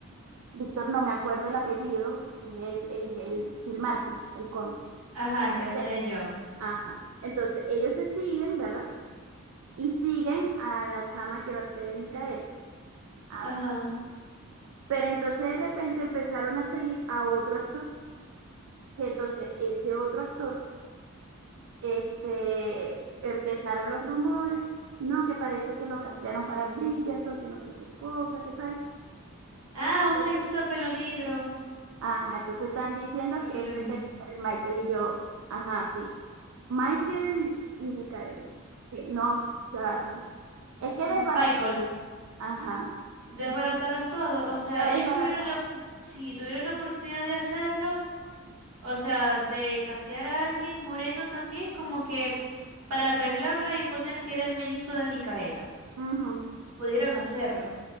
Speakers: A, on the right; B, on the right.
A: Víctor, no me acuerdo el apellido, es el, es el Phil Martin el conde.
B: ajá, el que
A: Entonces,
B: hace de John.
A: ajá. Entonces, ellos se siguen, ¿verdad? Y siguen a la chama que va a ser Micaela. Ah, bueno.
B: Ajá.
A: Pero entonces de repente empezaron a seguir a otro actor, que entonces ese otro actor, este, empezaron los rumores, no, que parece que lo castearon para Bridgerton, que no sé qué cosa, qué tal.
B: Ah, un
A: Entonces,
B: blanquito a pelo negro.
A: Ajá, entonces están diciendo
B: Yo creo
A: que
B: que lo
A: ese
B: vi.
A: es el, el Michael y yo, ajá, sí. Michael y Micael. Sí, no, o sea, es que
B: M-
A: desbarata,
B: Michael,
A: ajá,
B: desbarataron todo. O sea,
A: está
B: ellos
A: desbaratada.
B: tuvieron la, op- sí, tuvieron la oportunidad de hacerlo. O sea, de castear a alguien moreno también, como que para arreglarla y poner que era el mellizo de Micaela.
A: Ujú.
B: Pudieron hacerlo.